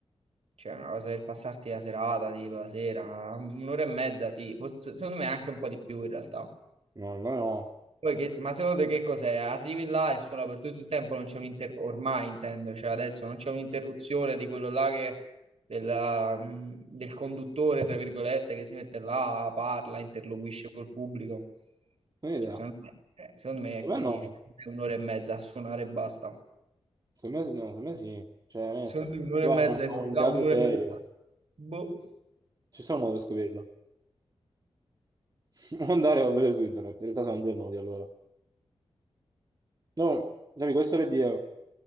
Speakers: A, on the right; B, on the right.
A: Cioè, una cosa per passarti la serata, tipo la sera, un'ora e mezza, sì, forse secondo me anche un po' di più in realtà.
B: No, no, no.
A: Poi che- ma secondo te che cos'è? Arrivi là e suona per tutto il tempo, non c'è un'inter... ormai intendo, cioè adesso non c'è un'interruzione di quello là che... della- mh, del conduttore, tra virgolette, che si mette là, parla, interloquisce col pubblico.
B: Non ho idea.
A: Cioè, secondo me, eh, secondo me è
B: Secondo
A: così,
B: me no.
A: cioè, è un'ora e mezza a suonare e basta.
B: Secondo me, no, secondo me sì. Cioè, onesto.
A: Secondo me un'ora
B: Se Vai
A: e mezza,
B: a un a un
A: là,
B: teatro
A: un'ora
B: serio.
A: e mezza. Boh.
B: Ci sono modi per scoprirlo. <laughs> Non andare a vedere su internet. In realtà sono due modi allora. No, capi, questo per dire,